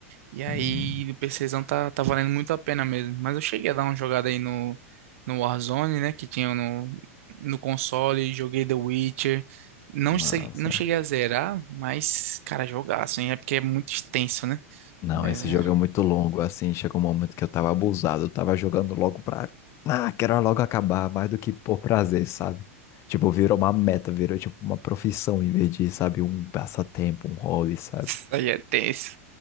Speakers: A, on the right; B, on the left.
A: e aí
B: Sim,
A: o PCzão tá, tá valendo muito a pena mesmo. Mas eu cheguei a dar uma jogada aí no, no Warzone, né, que tinha no, no console, joguei The Witcher, não,
B: nossa.
A: sei- não cheguei a zerar, mas, cara, jogaço, hein, é porque é muito extenso, né,
B: Não,
A: mas
B: esse
A: é.
B: jogo é muito longo, assim, chegou um momento que eu tava abusado, eu tava jogando logo pra... Ah, quero logo acabar, mais do que por prazer, sabe? Tipo, virou uma meta, virou tipo uma profissão em vez de, sabe, um passatempo, um hobby, sabe?
A: Isso aí é tenso.